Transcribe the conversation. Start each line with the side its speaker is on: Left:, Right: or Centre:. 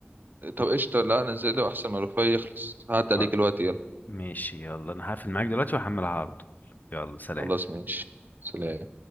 Right: طب قشطه لا نزله احسن ما الوفاء يخلص هعدي
Left: خ-
Right: عليك الوقت يلا
Left: ماشي يلا انا هقفل معاك دلوقتي وهحملها على طول يلا سلام
Right: خلاص ماشي سلام